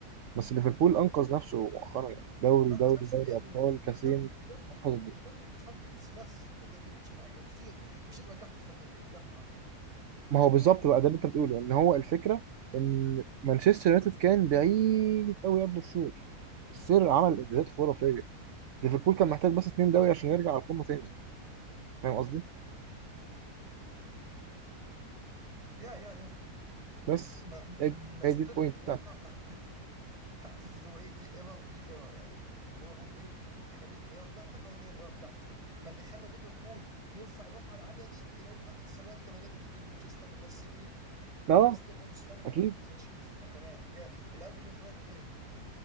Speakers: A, on the right; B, on the right.
A: بس ليفربول أنقذ نفسه مؤخرا يعني دوري
B: ركز
A: دوري
B: نفسه
A: دوري
B: بايه يا دود؟
A: أبطال كاسين
B: بدوري بدوري
A: انقذ
B: بدوري وتشامبيونز بس ما ده ده مش حاجه مش دي مش دي اللي وجعت الكف حرفيا
A: ما هو بالظبط بقى ده اللي انت بتقوله ان هو الفكره ان مانشستر يونايتد كان بعيد قوي قبل السير السير عمل انجازات خرافيه ليفربول كان محتاج بس اتنين دوري عشان يرجع على القمه تاني فاهم قصدي
B: يا يا يا
A: بس
B: ما
A: هي
B: ما
A: هي
B: ستيل
A: دي البوينت
B: بيقع
A: بتاعتي
B: تحت حته تحت اللي هو ايه دي ايرا ودي ايرا يعني اللي هو برضه ايه انت كان ليك الايرا بتاعتك وانا كان الايرا بتاعتي ما اللي خلى ليفربول يرفع الرفعه العاليه دي إيه برضه فتره السبعينات والثمانينات اللي, اللي مانشستر ما فازش فيها
A: اه
B: برضه ستيل برضه سبان
A: اكيد
B: في 20 سنه كمان هي الارجيومنت رايح جاي